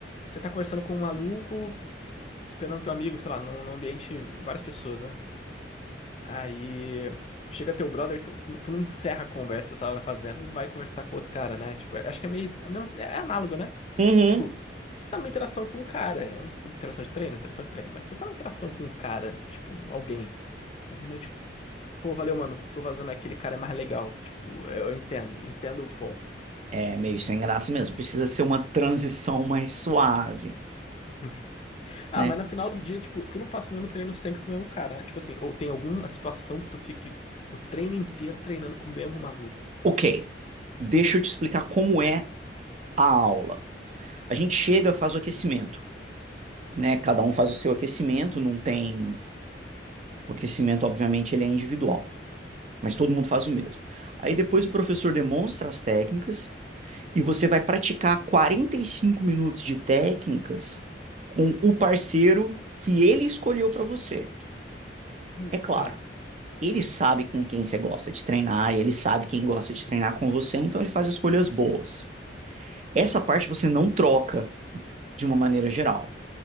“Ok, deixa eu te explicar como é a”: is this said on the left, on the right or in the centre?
Right